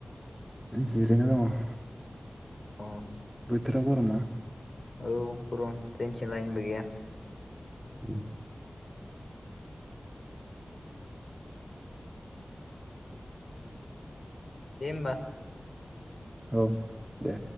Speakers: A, in the centre; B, on the left.
A: जिरायना दङ
B: अ
A: बोथोरा गरम ना।
B: औ गरम जोंनिथिं लायनबो गैया।
A: <inaudible>
B: दे होमबा।
A: औ दे।